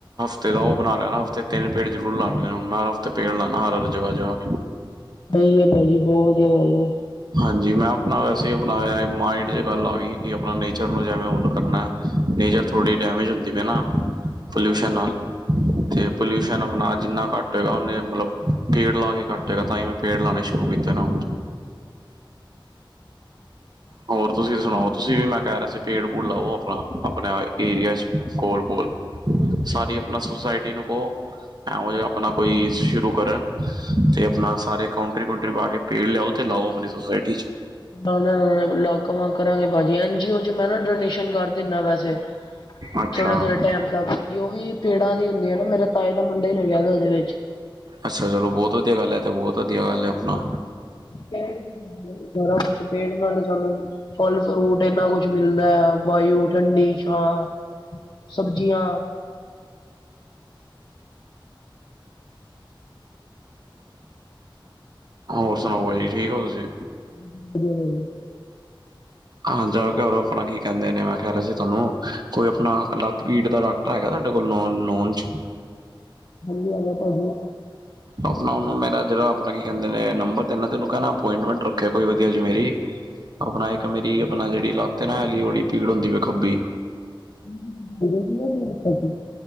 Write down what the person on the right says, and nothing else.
ਹਫਤੇ ਦਾ ਉਹ ਬਣਾ ਲੈਣਾ, ਹਫਤੇ ਤਿੰਨ ਪੇੜ ਜ਼ਰੂਰ ਲਾ ਲੈਣੇ ਹਰ ਹਫ਼ਤੇ ਪੇੜ ਲਾਉਣਾ ਹਰ ਹਰ ਜਗਾ ਜਗਾ ਤੇ।
ਹਾਂਜੀ ਮੈਂ ਆਪਣਾ ਵੈਸੇ ਆਪਣਾਇਆ ਮਾਇੰਡ 'ਚ ਗੱਲ ਆ ਗਈ ਕਿ ਆਪਣਾ ਨੇਚਰ ਨੂੰ ਜਿਵੇਂ ਹੁਣ ਕਰਨਾ। ਨੇਚਰ ਥੋੜ੍ਹੀ ਡੈਮੇਜ ਹੁੰਦੀ ਪਈ ਨਾ ਪੋਲਿਊਸ਼ਨ ਨਾਲ। ਤੇ ਪੋਲਿਊਸ਼ਨ ਆਪਣਾ ਜਿੰਨਾ ਘੱਟ ਹੋਏਗਾ, ਉਹਨੇ ਮਤਲਬ। ਪੇੜ ਲਾ ਕੇ ਘੱਟੇਗਾ ਤਾਂ ਹੀ ਮੈਂ ਪੇੜ ਲਾਉਣੇ ਸ਼ੁਰੂ ਕੀਤੇ ਨਾ ਹੁਣ। ਹੋਰ ਤੁਸੀਂ ਸੁਣਾਓ ਤੁਸੀਂ ਵੀ ਮੈਂ ਕਹਿ ਰਿਹਾ ਸੀ ਪੇੜ ਪੂੜ ਲਾਓ ਆਪਣਾ, ਆਪਣੇ ਏਰੀਆ 'ਚ ਕੋਲ -ਕੋਲ। ਸਾਰੀ ਆਪਣਾ ਸੁਸਾਇਟੀ ਨੂੰ ਕਹੋ। ਐ ਜ ਆਪਣਾ ਕੋਈ ਸ਼ੁਰੂ ਕਰਨ ਤੇ ਆਪਣਾ ਸਾਰੇ ਕਾਊਂਟਰੀ ਕਂਟਰੀ ਪਾ ਕੇ। ਪੇੜ ਲਿਆਓ ਤੇ ਲਾਓ ਆਪਣੀ ਸੋਸਾਇਟੀ ਚ।
ਅੱਛਾ
ਅੱਛਾ ਚਲੋ ਬਹੁਤ ਵਧੀਆ ਗੱਲ ਹੈ ਤੇ ਬਹੁਤ। ਵਧੀਆ ਗੱਲ ਹੈ
ਆਪਣਾ
ਹੋਰ ਸੁਣਾਓ ਭਾਜੀੀ ਠੀਕ ਹੋ ਤੁਸੀਂ।
ਹਾਂ ਜਾਂ ਆਪਣਾ ਕੀ ਕਹਿੰਦੇ ਨੇ ਮੈਂ ਕਹਿ ਰਿਹਾ ਸੀ ਤੁਹਾਨੂੰ ਕੋਈ ਆਪਣਾ ਲੱਤ ਪੀੜ ਦਾ ਡਾਕ। ਗਾ ਤੁਹਾਡੇ ਕੋਲ ਨੋਨ ਚ।
ਆਪਣਾ ਉਹਨੂੰ ਮੇਰਾ ਜਿਹੜਾ ਆਪਣਾ ਕੀ ਕਹਿੰਦੇ ਨੇ ਨੰਬਰ ਦੇਣਾ ਤੇੈਨੂ ਉਹਨੂੰ ਕਹਿਣਾ ਅਪੋਇੰਟਮੈਂਟ ਰੱਖਿਆ ਕੋਈ ਵਧੀਆ ਜੀ ਮੇਰੀ।
ਆਪਣਾ ਇੱਕ ਮੇਰੀ ਆਪਣਾ ਜਿਹੜੀ ਲੱਤ ਨਾ ਐਲੀ ਓੜੀ ਪੀੜ ਹੁੰਦੀ ਵੇ ਖੱਬੀ।